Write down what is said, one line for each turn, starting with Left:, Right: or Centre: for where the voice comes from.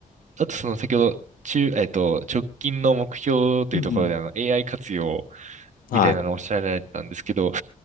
Right: あとその先ほど、中、えっと、直近の目標というところで、
Left: い。うんう
Right: あの、AI 活用
Left: ん。
Right: みたいなのをおっしゃられたんですけど、
Left: はい。